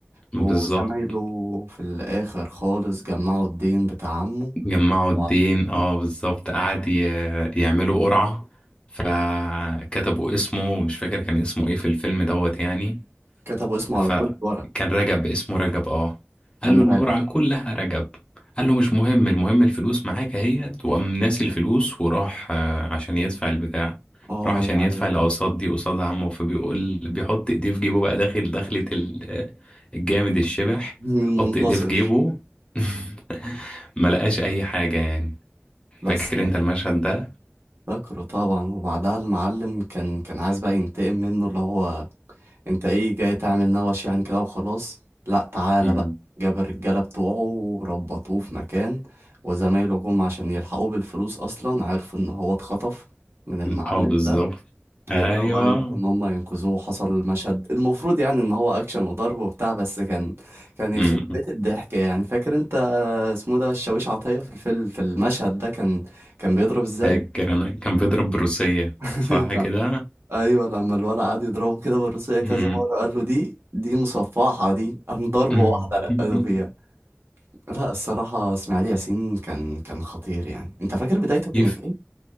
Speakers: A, on the left; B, on the right.
A: بالظبط
B: وزمايله في الآخر خالص جمعوا الدين بتاع عمه
A: جمعوا الدين
B: وعليهم
A: آه بالظبط قعد ي- يعملوا قرعة فكتبوا اسمه مش فاكر كان اسمه إيه في الفيلم دوت يعني
B: كتبوا اسمه
A: فكان
B: على كل ورق
A: رجب اسمه رجب اه قال
B: كان
A: له
B: راجع
A: القرعة كلها رجب قال له مش مهم المهم الفلوس معاك اهيت وقام ناسي الفلوس وراح آه، عشان يدفع البتاع
B: اه
A: راح عشان
B: يعني
A: يدفع الأقساط دي قصاد عمه فبيقول بيحط ايديه في جيبه بقى داخل دخلة ال- الجامد الشبح
B: مين المنتصر
A: حط ايديه في جيبه <laughs> ما لقاش اي حاجة يعني
B: بس
A: فاكر انت المشهد ده؟
B: فاكره طبعا وبعدها المعلم كان كان عايز بقى ينتقم منه اللي هو انت ايه جاي تعمل نوش يعني كده وخلاص لا تعالى
A: مم.
B: بقى جاب الرجالة بتوعه وربطوه في مكان وزمايله جم عشان يلحقوه بالفلوس اصلا عرفوا ان هو اتخطف من المعلم
A: اه بالظبط
B: ده
A: ايوه
B: وبدأوا بقى يروحوا إن هم ينقذوه وحصل مشهد المفروض يعني إن هو أكشن وضرب وبتاع بس كان كان
A: مم.
B: يخرب بيت الضحك يعني فاكر أنت اسمه ده الشاويش عطية في الفيلم في المشهد ده كان كان بيضرب إزاي؟
A: فاكر انا كان بيضرب بروسية
B: <laughs>
A: صح
B: لا
A: كده
B: أيوه لما الولد قعد يضربه كده بالروسية
A: مم.
B: كذا مرة قال له دي دي مصفحة دي قام ضربة
A: <laughs>
B: واحدة رقده
A: مم.
B: فيها لا الصراحة إسماعيل ياسين كان كان خطير يعني أنت فاكر بدايته كانت
A: في
B: إيه؟